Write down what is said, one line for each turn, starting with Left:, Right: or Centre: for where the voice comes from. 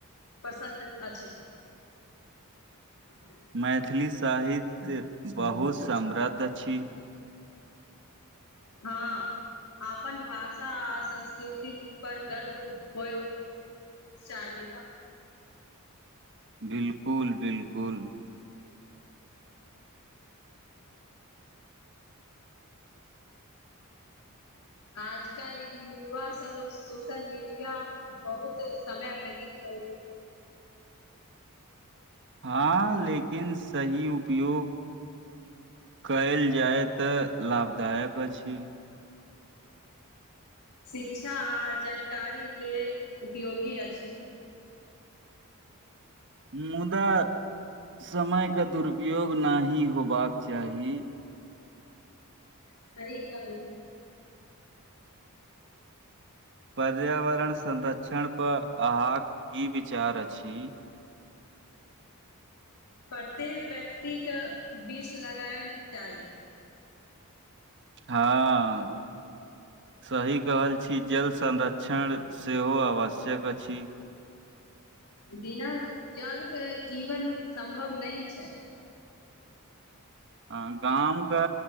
Left: पसंन्द अछि। <unintelligible>
Right: मैथिली साहित्य बहुत समद्ध छी।
Left: हँ अपन भाषा आ संस्कृती पर गर्व होय, चाही न
Right: बिल्कुल -बिल्कुल
Left: आजकल युवा सब सोशल मीडिया बहुत समय व्यतीत करै <inaudible>
Right: हँ लेकिन सही उपयोग कइल जायतऽ लाभदायक अछि।
Left: शिक्षा आ जानकारी लेल उपयोगी अछि।
Right: मुदा समय के दुरुपयोग नाहि होबाक चाही।
Left: सही कहलू
Right: पर्यावरण संरक्षण पर आहाँक की विचार अछि।
Left: प्रत्येक व्यक्ति के बीच लगायल चाही
Right: हँ सही कह छी, जल संरच क्षण सेहो आवश्यक अछि।
Left: बिना जलके जीवन संम्भव नै, छैय।
Right: आ गाम के